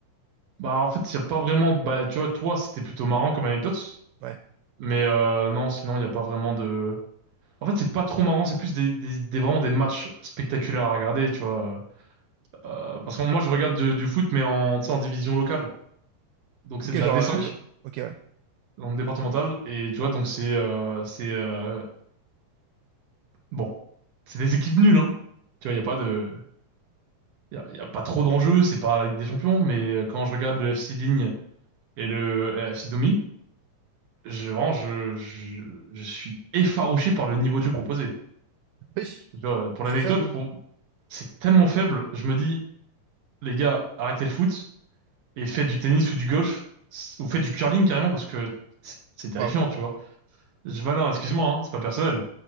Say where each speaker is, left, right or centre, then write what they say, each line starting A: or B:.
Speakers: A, on the right; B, on the right.
A: Bah en fait, il n'y a pas vraiment de... Bah tu vois, toi, c'était plutôt marrant comme anecdote,
B: Ouais.
A: mais euh, non, sinon, il n'y a pas vraiment de... En fait, c'est pas trop marrant, c'est plus des, des, des- vraiment des matchs spectaculaires à regarder, tu vois. Euh, parce que moi, je regarde de- du foot, mais en, tu sais, en division locale. Donc c'est
B: Ok,
A: de la
B: genre.
A: D5,
B: euh, ok, ouais.
A: en départementale, et tu vois, donc c'est... euh, c'est euh, bon, c'est des équipes nulles, hein. Tu vois, il n'y a pas de... Il y a, y a pas trop d'enjeux, c'est pas la Ligue des Champions, mais euh, quand je regarde le FC Ligne et le euh, FC Domi, je, vraiment, je, je, je suis effarouché par le niveau de jeu proposé.
B: Oui,
A: Tu vois, pour
B: c'est
A: l'anecdote,
B: faible.
A: pour- c'est tellement faible. Je me dis, les gars, arrêtez le foot et faites du tennis ou du golf ou faites du curling carrément parce que c'est c'est terrifiant,
B: Bravo.
A: tu vois. Je, bah non, excuse-moi, hein, c'est pas personnel.